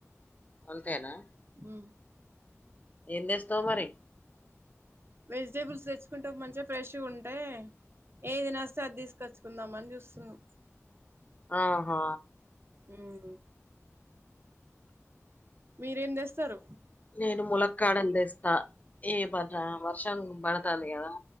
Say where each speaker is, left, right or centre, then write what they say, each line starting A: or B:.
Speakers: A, on the left (about 30°); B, on the right (about 50°).
A: అంతేనా
B: హు
A: ఏం తెస్తావు మరి
B: వెజిటేబుల్స్ తెచ్చుకుంటే మంచిగా ఫ్రెష్ గుంటే ఏది నచ్చితే అది తీసుకొచ్చుకుందాం అని చూస్తున్నా
A: ఆహా
B: హూ మీరేం చేస్తారు
A: నేను ములక్కాడలు తెస్తా ఏ వర్షం పడతంది కదా